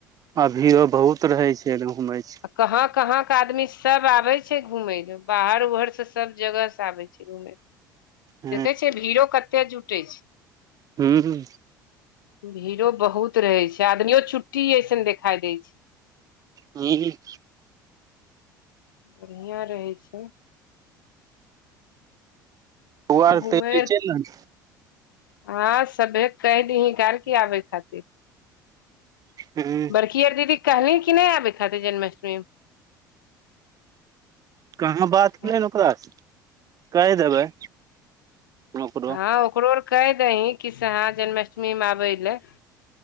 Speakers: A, on the right; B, on the left.
A: अभियो बहुत रहै छै एकदम हुमैच क
B: कहँ-कहँ के आदमी सभ आबै छै घूमे लेल बाहर ऊहर। सब जगह से आबे छै घूमे देखे
A: ह
B: छ भीड़ो कते जुटे छै
A: हूँ हूँ
B: भीड़ो बहुत रहे छै आदमियो छुट्टी अऐसन देखाई देै छै
A: हँ
B: बढ़िआँ रहै छै
A: ओर
B: घूमे
A: त चल ने
B: हँ सबे कहि दी ह की आबे खातिर
A: हूं
B: रेखिए दीदी कहली कि नय आबै खातिर जन्माष्टमी मे
A: कहाँ बात
B: में?
A: कै ओकासँ कहि देबै ओकरो
B: हाँ ओकरो आर कहि दही कि सेहाँ जन्माष्टमी मे आबै लए